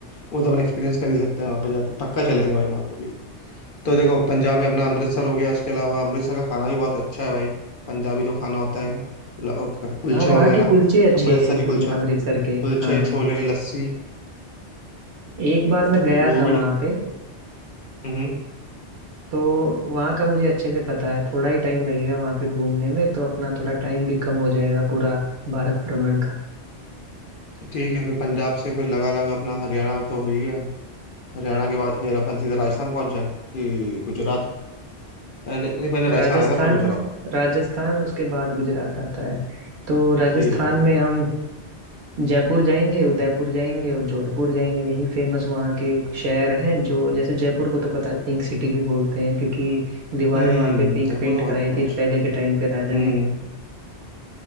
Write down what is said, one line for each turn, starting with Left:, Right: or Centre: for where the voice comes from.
Left: वो तो अपन एक्सपीरियंस कर ही सकते हैं वहाँ पे जाके पक्का चलेंगे भाई वहाँ पे भी तो देखो पंजाब में अपना अमृतसर हो गया इसके अलावा अमृतसर का खाना भी बहुत अच्छा है भाई पंजाबी जो खाना होता है ल- कुलचे
Right: हाँ वहाँ
Left: वगैरह
Right: के कुलचे अच्छे
Left: अमृतसरी
Right: हैं अपन-
Left: कुलचा
Right: अमृतसर के
Left: कुलचे
Right: हाँ
Left: छोले लस्सी
Right: एक बार
Left: तो
Right: मैं गया
Left: वो
Right: था
Left: भी
Right: वहाँ पे
Left: हम्म
Right: तो वहाँ का मुझे अच्छे से पता है थोड़ा ही टाइम लगेगा वहाँ पे घूमने में तो अपना थोड़ा टाइम भी कम हो जाएगा पूरा भारत भ्रमण का
Left: ठीक है फिर पंजाब से फिर लगा लगा अपना हरियाणा तो हो ही गया है। हरियाणा के बाद फिर अपन सीधा राजस्थान पहुंच जाए कि गुजरात पहले नहीं पहले
Right: राजस्थान
Left: राजस्थान आएगा फिर गुजरात आएगा
Right: राजस्थान उसके बाद गुजरात आता है तो राजस्थान
Left: ठीक है ठीक है
Right: में हम
Left: ठीक
Right: जयपुर जाएंगे उदयपुर जाएंगे और जोधपुर जाएंगे यही फेमस वहाँ के शहर हैं जो जैसे जयपुर को तो पता है पिंक सिटी भी बोलते हैं क्योंकि दीवारें
Left: है हम्म
Right: वहाँ पे पिंक
Left: जयपुर
Right: पेंट
Left: तो बहुत
Right: कराई
Left: बड़ा
Right: थी
Left: शहर
Right: पहले के टाइम पे राजा
Left: हम्म
Right: ने